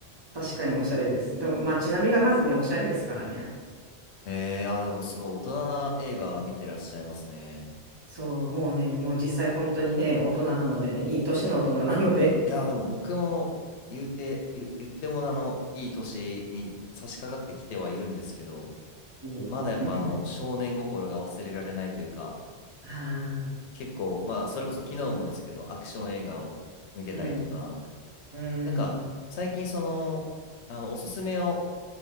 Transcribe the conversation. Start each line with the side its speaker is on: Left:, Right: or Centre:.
Right: 確かにおしゃれです。でも、まあ街並みがまずね、おしゃれですからね。
Left: ええー、あー、でもすごい大人な映画見てらっしゃいますね。
Right: そう、もうね、もう実際本当にね、大人なのでね、いい年の大人なので。
Left: いやー、でも僕も言うて、言、言ってもあの、いい年に差し掛かってきてはいるんですけど、
Right: <laughs> いえいえ。
Left: まだやっぱあの、少年心が忘れられないというか、
Right: <laughs> ああ、
Left: 結構、まあ、それこそ昨日もですけど、アクション映画を見てたりとか、
Right: うん、うん、
Left: なんか、最近その、あの、おすすめを、